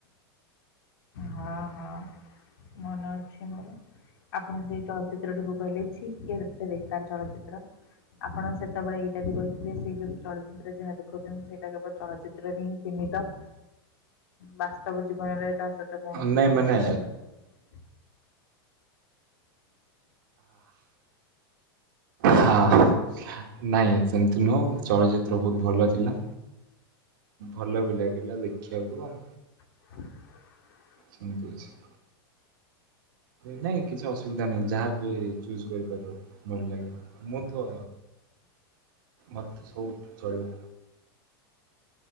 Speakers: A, on the left; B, on the right.
A: ହଁ ହଁ ମନେ ଅଛି ମୋର, ଆପଣ ଙ୍କୁ ତ ଚିତ୍ରଟିକୁ କହିଲେ ଛି ଏ ଦେଖତେ ବେକାର ଚଳଚିତ୍ର ଆପଣ ସେତେବେଳେ ଏଇଟା ବି କହିଥିଲେ ସେଇ ଯୋଉ ଚଳଚିତ୍ର ଯାହା ଦେଖଉଛନ୍ତି ସେଇଟା କେବଳ ଚଳଚିତ୍ରରେ ହିଁ ସୀମିତ। ବାସ୍ତବ ଜୀବନରେ ତା ସହିତ କୌଣସି
B: ନାଇଁ
A: ସମ୍ବନ୍ଧ
B: ମାନେ
A: ନାହିଁ।
B: ହଁ ନାଇଁ ସେମିତି ନୁହଁ, ଚଳଚିତ୍ର ବହୁତ ଭଲ ଥିଲା। ଭଲ ବି ଲାଗିଲା ଦେଖିବାକୁ ଆ
A: <unintelligible>
B: ସେମିତି ଅଛି। ନାଇଁ କିଛି ଅସୁବିଧା ନାହିଁ, ଯାହା ବି ଚୁଜ କରିପାରିବ ଭଲ ଲାଗିବ, ମୁଁ ତ ମତେ ସବୁ ଚଳିବ